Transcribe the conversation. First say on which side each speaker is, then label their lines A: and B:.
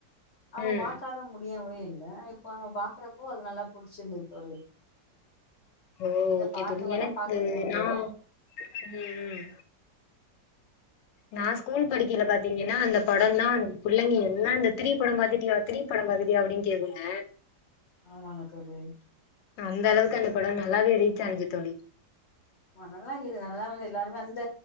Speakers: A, on the left (about 50°); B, on the left (about 80°).
A: அவுங்
B: ம்
A: பாக் கலா முடியவே இல்ல இப்போ அவ பாக்குறப்போ அது நல்லா புடிச்சிந்தது தோழி
B: ஓ
A: இந்த
B: ஓகே
A: பாட்டு
B: தோழி
A: மட்டு
B: எனக்கு
A: பாக்குறது உண்டு
B: நா ம் நா ஸ்கூல் படிக்கற பாத்தீங்கனா அந்த படந்தா புள்ளைங்க எல்லா அந்த த்ரீ படோ பாத்திட்டியா த்ரீ படோ பாத்திட்டியா அப்டின் கேக்குங்க
A: ஆமாங்க தோழி
B: அந்த அளவுக்கு அந்த படோ நல்லாவே ரீச் ஆனிச்சு தோழி
A: வ நல்லா இரு நல்லா வந்தா எல்லாருமே அந்த